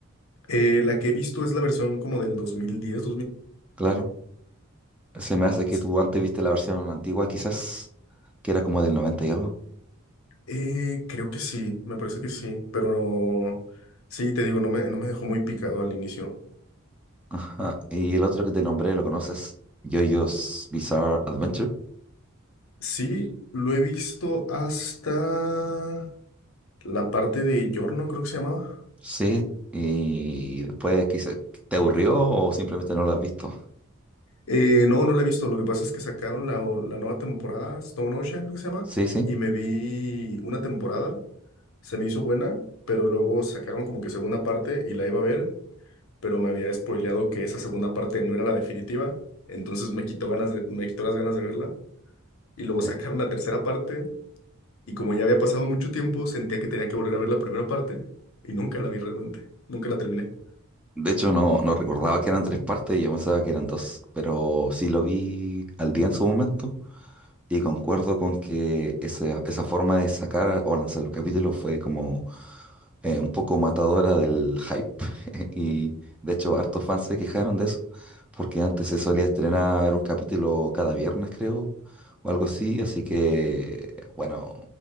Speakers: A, on the left (about 70°); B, in the centre.
A: Eh, la que he visto es la versión como del 2010,
B: claro. Se
A: 2011.
B: me hace que tú antes viste la versión antigua, quizás, que era como del 90 y algo.
A: Eh, creo que sí, me parece que sí, pero no- sí, te digo, no me, no me dejó muy picado al inicio.
B: Ajá. Y el otro que te nombré, ¿lo conoces? JoJo's Bizarre Adventure.
A: Sí, lo he visto hasta la parte de Yorno, creo que se llamaba.
B: Sí. Y después quizás te aburrió o simplemente no lo has visto.
A: Eh, no, no la he visto. Lo que pasa es que sacaron la, la nueva temporada, Stone Ocean, creo que se llama,
B: Sí, sí.
A: y me vi una temporada. Se me hizo buena, pero luego sacaron como que segunda parte y la iba a ver, pero me había spoileado que esa segunda parte no era la definitiva. Entonces me quitó ganas de, me quitó las ganas de verla. Y luego
B: Eh,
A: sacaron la tercera parte, y como ya había pasado mucho tiempo, sentía que tenía que volver a ver la primera parte, y nunca la vi realmente. Nunca la terminé.
B: De hecho, no, no recordaba que eran tres partes y yo pensaba que eran dos, pero sí lo vi al día en su momento. Y concuerdo con que esa, esa forma de sacar o lanzar los capítulos fue como eh, un poco matadora del hype. <laughs> Y de hecho, hartos fans se quejaron de eso, porque antes se solía estrenar un capítulo cada viernes, creo, o algo así. Así que, bueno,